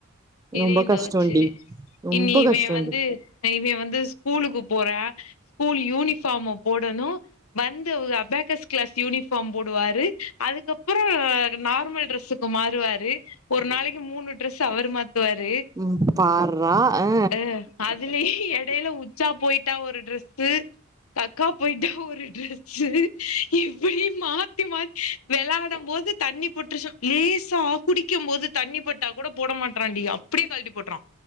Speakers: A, on the left; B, on the right.
A: இதயும்
B: ரொம்ப கஷ்டோண்டி
A: தொவச்சு
B: ரொம்ப
A: இன்னிமே
B: கஷ்டோண்டி
A: வந்து இவ வந்து ஸ்கூலுக்கு போற ஸ்கூல் யூனிஃபார்ம போடணு வந்து ஒ அபாக்கஸ் கிளாஸ் யூனிபார்ம் போடுவாரு அதுக்கப் அப்புற நார்மல் ட்ரெஸ்சுக்கு மாறுவாரு ஒரு நாளிக்கு மூணு டிரஸ் சவர்மாத்துவாரு
B: ம் பார்றா ஆ
A: அஹ் அதுலயே எடையில உச்சா போயிட்டு த்தா ஒரு டிரஸ்சு கக்கா போயிட்டு ஒரு ட்ரெஸ்சு எப்டி மாத்தி மாத் வெளாடும் போது தண்ணி பட்டுருச்சா லேசா குடிக்கும் போது தண்ணிப்பட்டா கூட போட மாட்றான் டி அப்பிடியே களட்டி போட்டுறான்